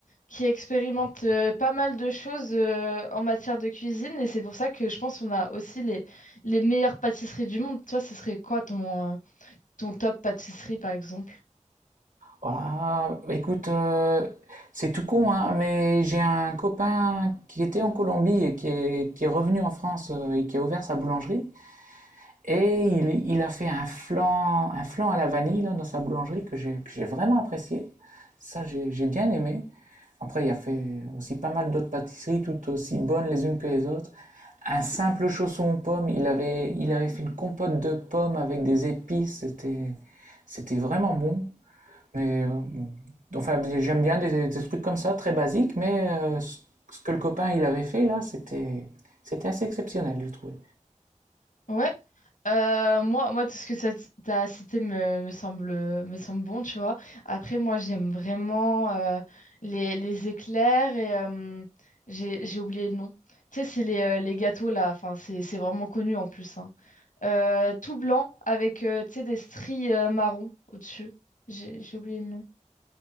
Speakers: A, on the left; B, on the right.
A: qui expérimentent euh, pas mal de choses euh, en matière de cuisine et c'est pour ça que je pense qu'on a aussi les, les meilleures pâtisseries du monde. Toi, ce serait quoi ton, euh, ton top pâtisserie par exemple?
B: Ah, écoute, euh, c'est tout con, hein, mais j'ai un copain qui était en Colombie et qui est, qui est revenu en France euh, et qui a ouvert sa boulangerie. Et il, il a fait un flan, un flan à la vanille là, dans sa boulangerie que j'ai j'ai vraiment apprécié. Ça, j'ai j'ai bien aimé. Après, il a fait aussi pas mal d'autres pâtisseries toutes aussi bonnes les unes que les autres. Un simple chausson aux pommes, il avait, il avait fait une compote de pommes avec des épices, c'était, c'était vraiment bon. Mais euh, bon. enfin, j'aime bien des, des trucs comme ça, très basiques, mais euh, ce que le copain il avait fait là, c'était, c'était assez exceptionnel, je trouvais.
A: Ouais. Euh, moi, moi, tout ce que ça- t- t'as cité me, me semble, me semble bon, tu vois. Après, moi, j'aime vraiment euh, les, les éclairs et euh, j'ai, j'ai oublié le nom. Tu sais, c'est les, euh, les gâteaux là, enfin, c'est, c'est vraiment connu en plus, hein. euh, tout blanc avec euh, tu sais, des stries euh, marron au-dessus. J'ai j'ai oublié le nom.